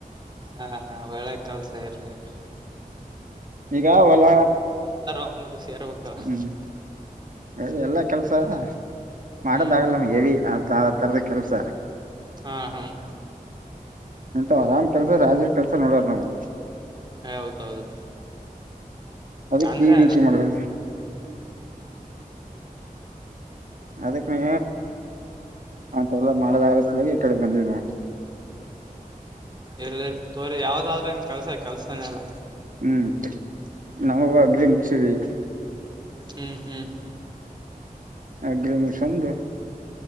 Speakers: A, on the right; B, on the right.
A: ಹಾ ಹಾ, ಒಳ್ಳೆ ಕೆಲ್ಸ, ಇರ್ಲಿ ಇರ್ಲಿ.
B: ಈಗ ಹೊಲ
A: ಅನ್ನೋದಕ್ ಸೇರ್ಬೇಕಲ್ಲ
B: ಹ್ಮ್ ಹೇಳಿ ಎಲ್ಲಾ ಕೆಲ್ಸಾ ಮಾಡೋದ
A: ಹ್ಮ್
B: ಆಗಲ್ಲ ಏ ನಮಗೆ ತರದ ಕೆಲ್ಸ
A: ಹ್ಮ್ ಹ್ಮ್
B: ಎಂತ ಆರಾಮ್ ಕೆಲ್ಸ ರಾಜೀ ಕೆಲ್ಸ ನೋಡರ್ ನಾವು
A: ಹ ಹೌದ ಹೌದು
B: ಅದಕ್
A: ಅಂದ್ರೆ
B: ಈ ಡ್ಯೂಟಿ ಮಾಡ್ಲ ಅದಕ್ಕೆನೆ ಮಂತೆ ಎಲ್ಲ ಮಾಡದ ಆರಸ ಈ ಕಡೆ ಬಂದಿನ
A: ಇರಲಿ ತೋರಿ ಯಾವ್ದಾದ ಗ ಕೆಲ್ಸ ಕೆಲ್ಸಾನೆಲ್ಲ
B: ಹ್ಮ್ ನಾವವು ಅಗ್ರಿ ಮುಗಸಿದೀವಿ
A: ಹ್ಮ್ ಹ್ಮ್
B: ಅಗ್ರಿ ಮುಷಂದು